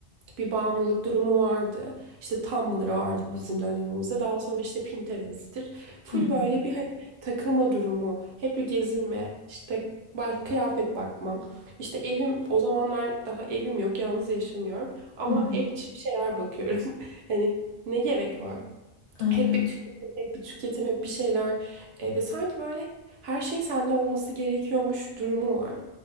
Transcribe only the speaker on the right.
bir bağımlılık durumu vardı. İşte Tumblr vardı bizim dönemimizde. Daha sonra işte Pinterest'tir. Full
böyle bir hani takılma durumu, hep bir gezinme, işte ba- kıyafet bakma. İşte evim o zamanlar daha evim yok, yalnız yaşamıyorum ama
ev içi bir şeyler bakıyorum. <laughs> Hani ne gerek var?
Hep bir tüketim, hep bir tüketim, hep bir şeyler. E, ve sanki böyle her şeyin sende olması gerekiyormuş durumu var.